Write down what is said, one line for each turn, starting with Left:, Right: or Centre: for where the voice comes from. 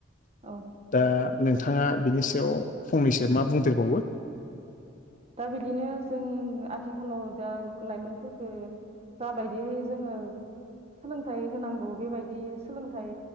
Right: औ
Left: दा नोंथाङा बिनि सायाव फंनैसो मा बुंदेरबावो
Right: दा बिदिनो जों आथिखालाव दा लाइमोनफोरफोरखो जाबायदिहै जोङो सोलोंथाइ होनांगौ बेबायदि सोलोंथाइ